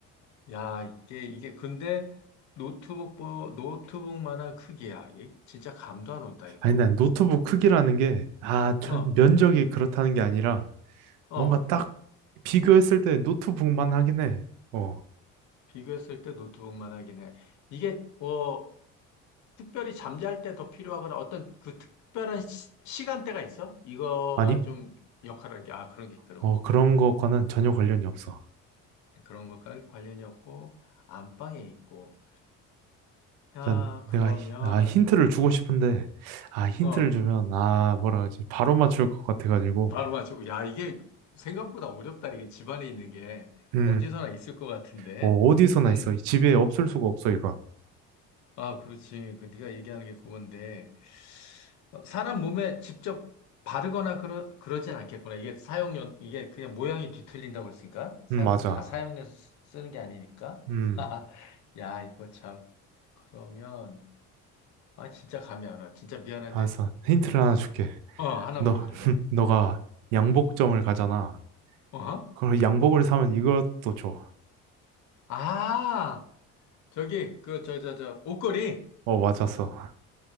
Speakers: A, on the left; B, on the right.
A: 야, 이게, 이게, 근데 노트북, 노트북만한 크기야. 이게 진짜 감도 안 온다, 이거.
B: 아니, 난 노트북 크기라는 게, 아, 저-
A: 어,
B: 면적이 그렇다는 게 아니라,
A: 어.
B: 뭔가 딱 비교했을 때 노트북만 하긴 해. 어,
A: 비교했을 때 노트북만하긴 해. 이게, 뭐, 특별히 잠잘 때 더 필요하거나 어떤 그 특별한 시, 간대가 있어? 이거가
B: 아니?
A: 좀 역할한 게, 아, 그런 게, 그런
B: 어,
A: 게 없고.
B: 그런 것과는 전혀 관련이 없어.
A: 그런 것과 관련이 없고, 안방에 있고. 야,
B: 난
A: 그러면,
B: 내가 히- 아 힌트를 주고 싶은데 아 힌트를
A: 어.
B: 주면 아 뭐라 그러지 바로 맞출 것 같아가지고
A: 바로 맞추고. 야, 이게 생각보다 어렵다. 이게 집안에 있는 게
B: 음
A: 어디서나 있을 것 같은데.
B: 뭐 어디서나
A: 음.
B: 있어 이 집에 없을 수가 없어 이건
A: 아, 그렇지. 그 네가 얘기하는 게 그건데. 어, 사람 몸에 직접 바르거나 그러, 그러진 않겠구나. 이게 사용료, 이게 그냥 모양이 뒤틀린다고 그랬으니까. 사용,
B: 음 맞아
A: 다 사용해서 쓰- 쓰는 게 아니니까.
B: 음
A: <laughs> 야, 이거 참. 그러면, 아, 진짜 감이 안 와. 진짜 미안한데,
B: 알았어 힌트를 하나 줄게
A: 어, 하나만
B: 너
A: 줘줘봐.
B: <laughs> 너가 양복점을 가잖아
A: 어?
B: 그럼 양복을 사면 이것도 줘어
A: 아, 저기, 그, 저, 저, 저, 옷걸이.
B: 맞았어